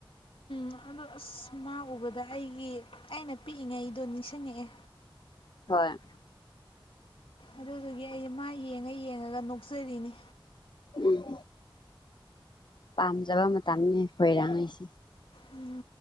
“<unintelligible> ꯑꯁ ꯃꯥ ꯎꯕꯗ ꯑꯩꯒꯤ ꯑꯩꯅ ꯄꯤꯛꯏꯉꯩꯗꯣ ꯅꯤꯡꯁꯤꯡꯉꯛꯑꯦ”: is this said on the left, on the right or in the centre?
Left